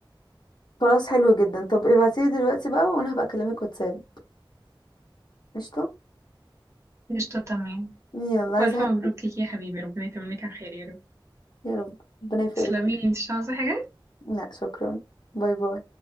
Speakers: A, on the left (about 55°); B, on the right (about 30°).
A: خلاص حلو جدا طب ابعتيلي دلوقتي بقى وانا هبقى اكلمك واتساب قشطه
B: قشطة تمام
A: يلا عايزه
B: والف
A: حاجه
B: مبروك ليكي يا حبيبي ربنا يتمم لك على خير يا رب
A: يا رب ربنا يفرجك
B: تسلمي انتي مش عاوزة حاجة
A: لا شكرا باي باي